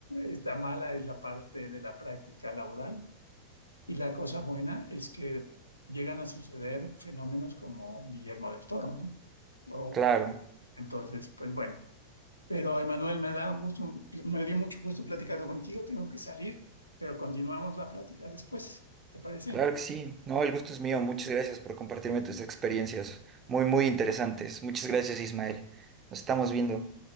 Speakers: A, on the left; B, on the right.
A: Esta mala es la parte de la práctica laboral y la cosa buena es que llegan a suceder fenómenos como Guillermo del Toro, ¿no? O,
B: Claro,
A: entonces, pues bueno. Pero Emanuel, me da gusto, me dio mucho gusto platicar contigo, tengo que salir, pero continuamos la plática después, ¿te parece?
B: claro que sí. No, el gusto es mío. Muchas gracias por compartirme tus experiencias muy, muy interesantes. Muchas gracias, Ismael. Nos estamos viendo.